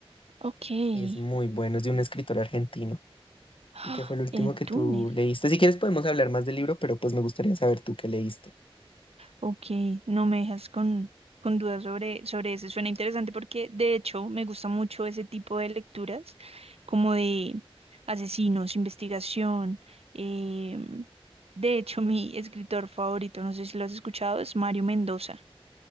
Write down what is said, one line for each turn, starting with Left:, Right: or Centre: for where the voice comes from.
Right: Ok.
Left: y es muy
Right: <gasps>
Left: bueno, es de un escritor argentino.
Right: Ah,
Left: ¿Y qué fue el último
Right: El
Left: que
Right: túnel.
Left: tú leíste? Si quieres podemos hablar más del libro, pero pues me gustaría saber tú qué leíste.
Right: Ok, no me dejas con, con dudas sobre, sobre eso. Suena interesante porque de hecho me gusta mucho ese tipo de lecturas, como de asesinos, investigación. em, de hecho, <laughs> mi escritor favorito, no sé si lo has escuchado, es Mario Mendoza.